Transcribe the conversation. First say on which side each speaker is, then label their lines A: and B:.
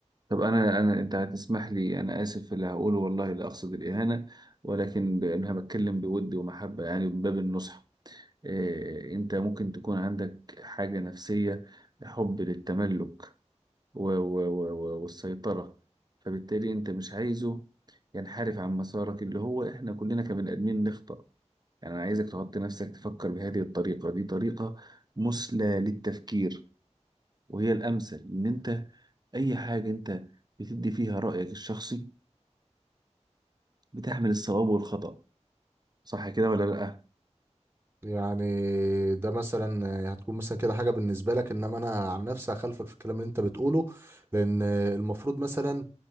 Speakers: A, on the right; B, on the right.
A: طب انا انا انت هتسمح لي انا اسف في اللي هقوله والله لا اقصد الاهانه ولكن ب- انا بتكلم بود ومحبه يعني من باب النصح آه، انت ممكن تكون عندك حاجة نفسية حب للتملك و- و- و- و- والسيطرة فبالتالي انت مش عايزه ينحرف عن مسارك اللي هو احنا كلنا كبني ادمين نخطأ يعني انا عايزك تحط نفسك تفكر بهذه الطريقة دي طريقة مثلى للتفكير وهي الامثل ان انت اي حاجة انت بتدي فيها رأيك الشخصي بتحمل الصواب والخطأ صح كده ولا لأ
B: يعني ده مثلا هتكون مثلا كده حاجه بالنسبه لك انما انا عن نفسي هخالفك في الكلام اللي انت بتقوله لان المفروض مثلا